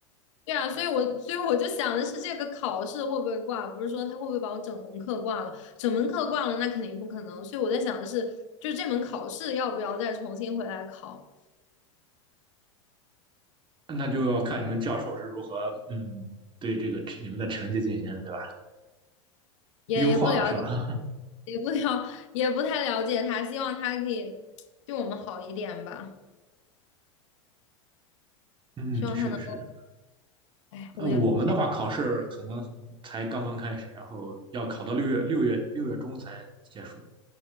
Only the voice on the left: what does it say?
对啊，所以我所以我就想的是，这个考试会不会挂，不是说他会不会把我整门课挂了？整门课挂了，那肯定不可能。所以我在想的是，就是这门考试要不要再重新回来考，
也也不了解，
也不了，也不太了解他，希望他可以对我们好一点吧。
希望他能够，
哎，我也不太